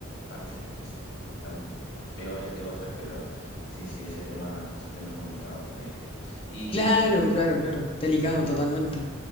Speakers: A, on the left; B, on the left.
A: partes que es- están peores que otras, pero sí, sí, ese tema, ese tema es complicado por allá. ¿Y,
B: Claro, claro, claro. Delicado
A: y, te,
B: totalmente.